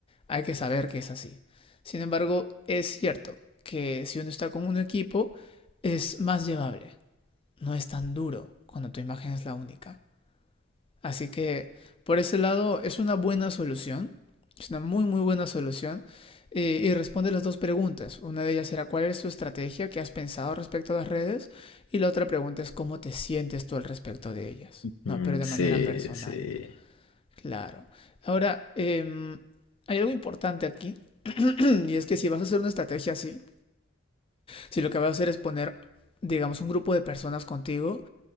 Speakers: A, on the left; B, on the left.
A: hay que saber que es así. Sin embargo, es cierto que si uno está con un equipo es más llevable, no es tan duro cuando tu imagen es la única. Así que por ese lado es una buena solución, es una muy muy buena solución y, y responde las dos preguntas. Una de ellas será cuál es tu estrategia que has pensado respecto a las redes y la otra pregunta es cómo te sientes tú al respecto de ellas,
B: Mm,
A: no, pero de
B: sí,
A: manera personal.
B: sí.
A: Claro. Ahora, em, hay algo importante aquí, <clears throat> y es que si vas a hacer una estrategia así, si lo que vas a hacer es poner, digamos, un grupo de personas contigo,